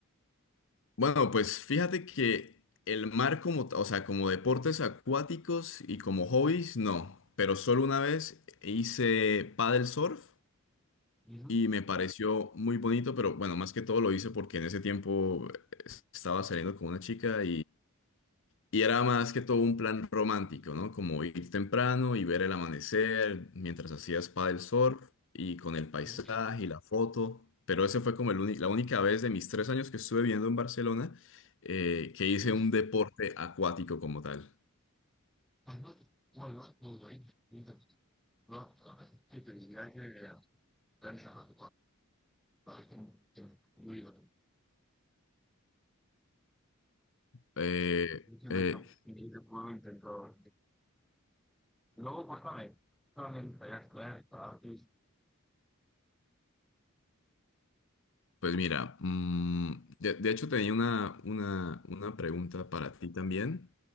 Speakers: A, on the left; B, in the centre.
A: Bueno, pues fíjate que el mar como, ta- o sea, como deportes acuáticos y como hobbies, no. Pero solo una vez hice paddle surf
B: Ujú.
A: y me pareció muy bonito, pero bueno, más que todo lo hice porque en ese tiempo eh, estaba saliendo con una chica y era más que todo un plan romántico, ¿no? Como ir temprano y ver el amanecer mientras hacías paddle surf y con el paisaje
B: Y,
A: y la foto. Pero ese fue como el uni- la única vez de mis tres años que estuve viviendo en Barcelona eh, que hice
B: y
A: un deporte acuático como tal.
B: cuando vuelva, volveré y te va a que te dirá que pensa para que no iba.
A: Eh,
B: Diciendo
A: eh,
B: eso, y ese pueblo intentó Luego, pues también, también estaría claro para que
A: pues mira, mm, de, de hecho tenía una, una, una pregunta para ti también,